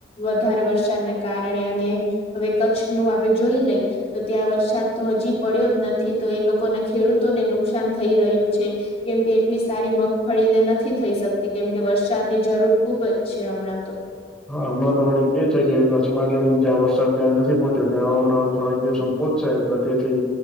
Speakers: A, on the left; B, in the centre.
A: વધારે વરસાદના કારણે અને હવે કચ્છ નુ આપે જોઈ લઈ તો ત્યાં વરસાદ તો હજી પડ્યો જ નથી નથી તો એ લોકોને ખેડૂતોને નુકસાન થઈ રહ્યું છે કેમકે એટલી સારી મગફળીને નથી થઈ શકતી કેમકે વરસાદની જરૂર ખુબ જ છે હમણાં તો
B: હા હમણાં તો વડી કે છે કે કચ્છમાં જો જ્યાં વરસાદ જ્યાં નથી પહોંચ્યો ત્યાં હમણાં થોડા સંપોચશે એટલે તેથી